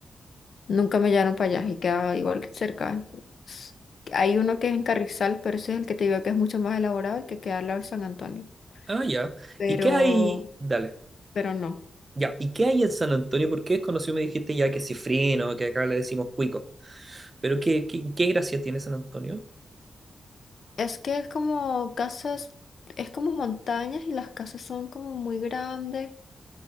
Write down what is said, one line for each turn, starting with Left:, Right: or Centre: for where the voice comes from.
Left: Nunca me llevaron para allá y queda igual que cerca. S- Hay uno que es en Carrizal, pero ese es el que te digo que es mucho más elaborado y que queda al lado de San Antonio.
Right: Ah, ya.
Left: Pero,
Right: ¿Y qué hay? Dale.
Left: pero no.
Right: Ya, ¿y qué hay en San Antonio? Porque es conocido, me dijiste ya que cifrino, que acá le decimos cuico. Pero ¿qué, qué, qué gracia tiene San Antonio?
Left: Es que es como casas, es como montañas y las casas son como muy grandes.